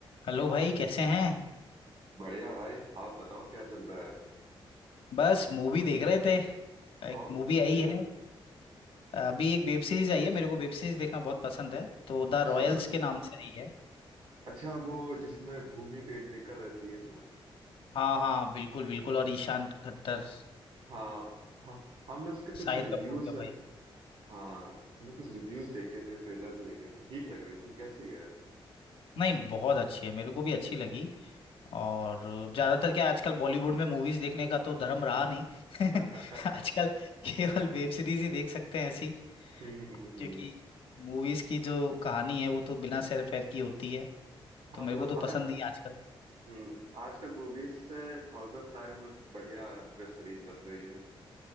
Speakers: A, on the left (about 70°); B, on the right (about 70°).
A: Hello भाई कैसे हैं
B: बढ़िया भाई आप बताओ क्या चल रहा है
A: बस मूवी देख रहे थे एक
B: कौन
A: मूवी
B: सी मूवी
A: आई
B: यार
A: है अभी एक वेब सीरीज आई है मेरे को वेब सीरीज देखना बहुत पसंद है तो द
B: अच्छा
A: रॉयल्स के नाम से आई है
B: अच्छा वो जिसमें भूमि पेडनेकर रहती है ना
A: हाँ हाँ बिल्कुल बिल्कुल और ईशान खट्टर
B: हाँ हाँ हमने उसके कुछ
A: शाहिद
B: रिव्यूज
A: कपूर के भाई
B: हाँ हमने कुछ रिव्यूज देखे थे ट्रेलर भी देखे थे ठीक लग रही थी कैसी है
A: नहीं बहुत अच्छी है मेरे को भी अच्छी लगी और ज्यादातर क्या आजकल बॉलीवुड में मूवीज देखने का तो धर्म रहा नहीं <laughs>
B: <laughs> हम्म
A: आजकल केवल वेब सीरीज ही देख सकते हैं ऐसी
B: हम्म हम्म
A: क्योंकि मूवीज की जो कहानी है वो तो बिना सैर फैर की होती है
B: हाँ
A: तो मेरे
B: मतलब
A: को तो
B: आ,
A: पसंद नहीं है आजकल
B: हम्म आजकल मूवीज से थाउजेंड टाइम बढ़िया वेब सीरीज बन रही है